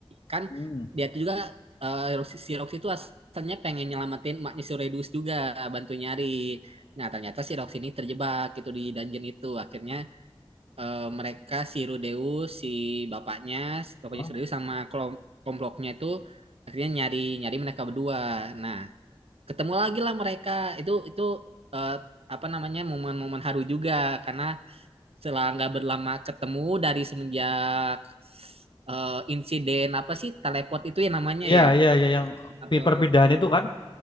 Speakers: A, on the right; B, on the left.
A: kan
B: Hmm.
A: dia tuh juga eh, Roxy, si Roxy itu asalnya pengen nyelamatin maknya si Redus juga bantu nyari nah ternyata si Roxy ini terjebak gitu di dungeon itu akhirnya eh, mereka si Rudeus si bapaknya si bapaknya
B: Heeh.
A: si Rudeus sama kelom- kelompoknya itu akhirnya nyari nyari mereka berdua nah ketemu lagi lah mereka itu itu eh, apa namanya momen-momen haru juga karena setelah nggak berlama ketemu dari semenjak eh, insiden apa sih teleport itu ya namanya
B: Iya,
A: ya
B: iya, iya yang
A: atau
B: pi- perpindahan itu kan.